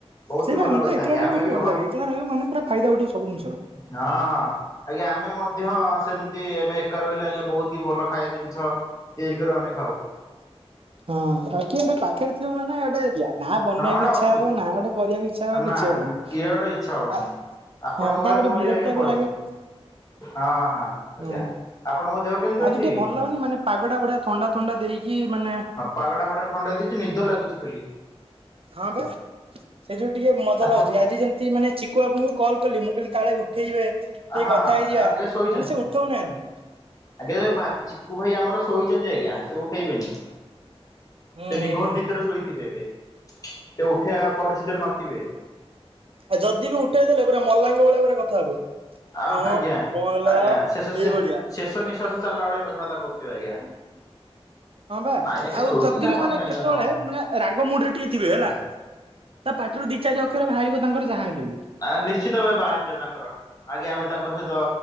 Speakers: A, on the left; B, on the right.
A: ବହୁତ
B: ସେଇ
A: ହି
B: ବା
A: ଭଲ
B: ମତେ
A: କଥା
B: ଏକଲା
A: ଆଜ୍ଞା
B: ରହିବାକୁ
A: ଆମେ
B: ଟିକେ
A: ବି
B: ଭଲ
A: ଘ ହଁ
B: ଲାଗେ ଏକଲା ରହିବ ମାନେ ପୁର ଫାଇଦା ଉଠିବ ସବୁ ଜିନଷର।
A: ହଁ ହଁ ଆଜ୍ଞା ଆମେ ମଧ୍ୟ ସେମିତି ଆମେ ଏକା ରହିଲେ ଆଜ୍ଞା ବହୁତ ହି ଭଲ ଖାଇବା ଜିନିଷ ତିଆରି କରି ଆମେ ଖାଉ।
B: ହଁ ଆଉ କିଏ ଗୋଟେ ପାଖରେ ଥିବ ମାନେ ଏଟେ ଯା ନା ବନେଇବାକୁ
A: ହଁ ଗୋଟେ
B: ଇଚ୍ଛା
A: ଅସୁବିଧା
B: ହବ ନା ଗୋଟେ କରିବାକୁ ଇଚ୍ଛା ହବ କିଛି
A: ନା
B: ହବନି
A: ନା କିଏ ଗୋଟେ ଇଚ୍ଛା ହବନି।
B: ଆ
A: ଆପଣଙ୍କ
B: ହଁ
A: ଭଳିଆ
B: ତାପରେ
A: ମୋର
B: ବିରକ୍ତିଆ
A: ଆଜ୍ଞା ପରିସ୍ଥିତି
B: ବି ଲାଗେ।
A: ହଁ ହଁ ଆଜ୍ଞା
B: ହୁଁ
A: ଆପଣଙ୍କ ଦେହ କେମିତି
B: ଆଜି
A: ଅଛି
B: ଟିକେ
A: ହଁ
B: ଭଲ ଲାଗୁନି ମାନେ ପାଗଟା ବଢିଆ ଥଣ୍ଡା ଥଣ୍ଡା ଦେଇକି ମାନେ
A: ପାଗଟା ବଢିଆ ଥଣ୍ଡା ଦେଇଚି ନିଦ ଲାଗୁଚି ଖାଲି।
B: ହଁ ବା ସେ ଯୋଗୁ ଟିକେ ମଜା
A: ଆପଣ
B: ଲାଗୁଛି ଆଜି ଯେମିତି ମାନେ ଚିକୁ ବାବୁଙ୍କୁ ମୁଁ କଲ୍ କଲି ମୁଁ କହିଲି କାଳେ ଉଠେଇବେ ଟିକେ
A: ହଁ
B: କଥା ହେଇଯିବା
A: ଆଜ୍ଞା
B: ମାନେ
A: ଶୋଇଛନ୍ତି
B: ସେ ଉଠଉନାହାନ୍ତି।
A: ଆଜ୍ଞା ଭା ଚିକୁ ଭାଇ ଆମର ଶୋଇଚନ୍ତି ଆଜ୍ଞା ସେ ଉଠେଇବେନି।
B: ହୁଁ
A: ସେ ନିଘୋଡ଼
B: ହୁଁ ହୁଁ।
A: ନିଦର ଶୋଇଥିବେ ଏବେ ସେ ଉଠେଇବା ପରିସ୍ଥିତିରେ ନଥିବେ।
B: ଆ ଯଦି ବି ଉଠେଇଦଲେ ପୁରା ମଲାଙ୍ଗ ଭଳିଆ ପୁରା କଥା ହେବେ।
A: ଆ
B: ହଁ
A: ଆଜ୍ଞା
B: କଣ ହେଲା
A: ଆଜ୍ଞା ଶେଷ
B: ଏଇଭଳିଆ।
A: ଶେଷ ସେ ନିଶ୍ୱାସ ଚାଲିଲା ଭଳିଆ କଥାବାର୍ତ୍ତା କରୁଥିବେ ଆଜ୍ଞା।
B: ହଁ ବା
A: ନାଇଁ ଆଜ୍ଞା
B: ଆଉ
A: ଶୋଇଛନ୍ତି
B: ଯଦି ବି
A: ଆପଣ
B: ମାନେ
A: କାହିଁ
B: କେତେବେଳେ
A: ତାଙ୍କ ହଁ
B: ମାନେ ରାଗ ମୁଣ୍ଡରେ ଟିକେ ଥିବେ ହେଲା ତା ପାଟିରୁ ଦି ଚାରି ଅକ୍ଷର ବାହାରିବ ତାଙ୍କର ଯାହା ହେଲେ ବି
A: ଆ ନିଶ୍ଚିତ ଭାବେ ବାହାରଥିବ ତାଙ୍କର ଆଜ୍ଞା ଆମେ ତାଙ୍କ ସହିତ